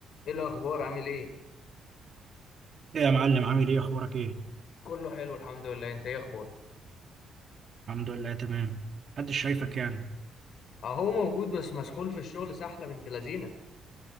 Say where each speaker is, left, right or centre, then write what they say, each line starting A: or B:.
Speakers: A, on the left; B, on the right.
A: ايه الاخبار عامل ايه
B: ايه يا معلم عامل ايه اخبارك ايه
A: كله حلو الحمد لله انت ايه اخبارك
B: الحمد لله تمام محدش شايفك يعني
A: اهو موجود بس مسحول في الشغل سحله بنت لذينه